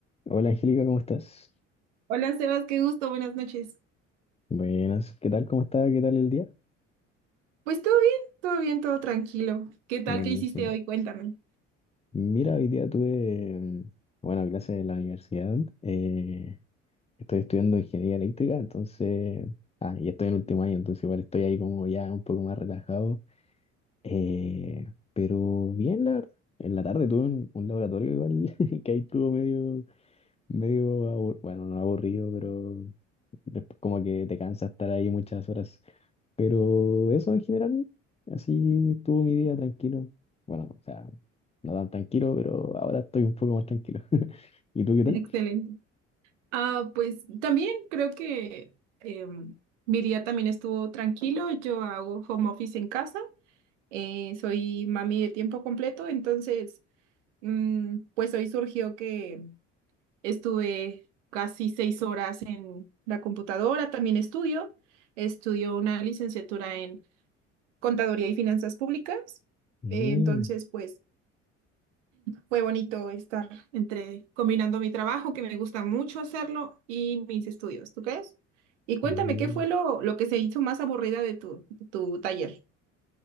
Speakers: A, on the left; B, on the right.
A: Hola Angélica, ¿cómo estás?
B: Hola Sebas, qué gusto, buenas noches.
A: Buenas, ¿qué tal? ¿Cómo está? ¿Qué tal el día?
B: Pues todo bien, todo bien, todo tranquilo. ¿Qué tal?
A: Buenísimo.
B: ¿Qué hiciste hoy? Cuéntame.
A: Mira, hoy día tuve, mm, bueno, clases de la universidad. eh, estoy estudiando ingeniería eléctrica, entonces, ah, y estoy en último año, entonces igual estoy ahí como ya un poco más relajado. eh, pero bien, la verdad. En la tarde tuve un, un laboratorio igual, <laughs> que ahí estuvo medio, medio, abur- bueno, no aburrido, pero después como que te cansa estar ahí muchas horas. Pero eso en general, así estuvo mi día tranquilo. Bueno, o sea, no tan tranquilo, pero ahora estoy un poco más tranquilo. <laughs> ¿Y tú qué tal?
B: Excelente. Ah, pues también creo que em, mi día también estuvo tranquilo. Yo hago home office en casa. Eh, soy mami de tiempo completo, entonces mm, pues hoy surgió que estuve casi seis horas en la computadora. También estudio. Estudio una licenciatura en Contaduría y Finanzas Públicas.
A: Mm,
B: Eh, entonces, pues... Fue bonito estar entre combinando mi trabajo, que me gusta mucho hacerlo, y mis estudios, ¿tú crees? Y cuéntame,
A: mira.
B: ¿qué fue lo, lo que se hizo más aburrida de tu, de tu taller?